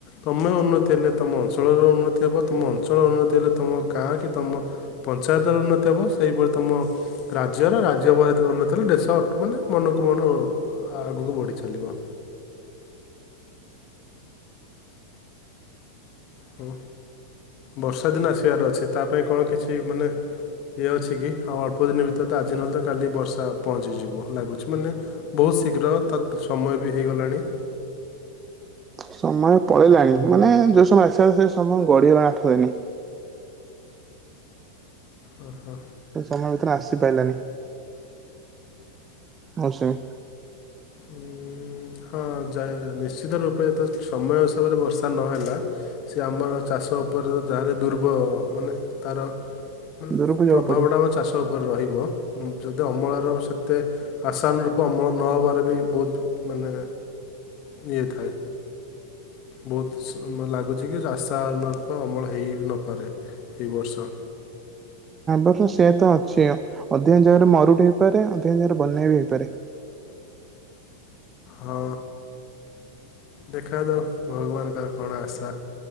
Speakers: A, on the left; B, on the right.
A: ତୁମେ ଉନ୍ନତି ହେଲେ ତୁମ ଅଞ୍ଚଳର ଉନ୍ନତି ହେବ ତୁମ ଅଞ୍ଚଳର ଉନ୍ନତି ହେଲେ ତୁମ ଗାଁ କି ତୁମ ପଞ୍ଚାୟତର ଉନ୍ନତି ହେବ ସେହିପରି ତୁମ ରାଜ୍ୟର ରାଜ୍ୟ ଉନ୍ନତି ହେଲେ ଦେଶ ମାନେ ମନକୁ ମନ ଆଗକୁ ବଢ଼ି ଚାଲିବ ହୁଁ ବର୍ଷା ଦିନ ଆସିବାର ଅଛି ତା ପାଇଁ କଣ କିଛି ମାନେ ଇଏ ଅଛି କି ଆଉ ଅଳ୍ପ ଦିନ ଭିତରେ ତ ଆଜି ନହେଲେ ତ କାଲି ବର୍ଷା ପହଞ୍ଚିଯିବ ଲାଗୁଛି ମାନେ ବହୁତ ଶୀଘ୍ର ତ ସମୟ ବି ହେଇଗଲାଣି।
B: ସମୟ ପଳେଇିଲାଣି ମାନେ ଯୋଉ ସମୟ ଆସ ସେ ସମୟ ଗଡିିଗଲାଣି ଆଠ ଦିନ।
A: ଓ ହୋ।
B: ସମୟ ଭିତରେ ଆସିପାରିଲାନି ମୌସୁମୀ।
A: ଉଁ, ହଁ ଯ ନିଶ୍ଚିତ ରୂପେ ଯେତେ ସମୟ ହିସାବରେ ବର୍ଷା ନହେଲା ସେ ଆମର ଚାଷ ଉପରେ ଯାହଲେ ଦୁର୍ବଳ ମାନେ ତାର ମାନେ
B: ଦୂରକୁ ଯିବାକୁ
A: ପ୍ରଭାବ
B: ପଡିବ।
A: ଟା ଆମ ଚାଷ ଉପରେ ରହିବ। ଯଦି ଅମଳର ସେତେ ଆଶାନ ରୂପ ଅମଳ ନ ହେବାରେ ବି ବହୁତ ମାନେ ଇଏ ଥାଏ। ବହୁତ ଲାଗୁଛି କି ରାସ୍ ରୂପ ଅମଳ ହେଇ ନପାରେ ଏଇ ବର୍ଷ।
B: ହୁଁ ସେ ତ ଅଛି ଅଧିକା ଜାଗାରେ ମରୁଡି ହେଇପାରେ ଅଧିକା ଜାଗାରେ ବନ୍ୟା ବି ହେଇପାରେ।
A: ହଁ ଦେଖା ଯାଉ ଭଗବାନଙ୍କର କଣ ଆଶା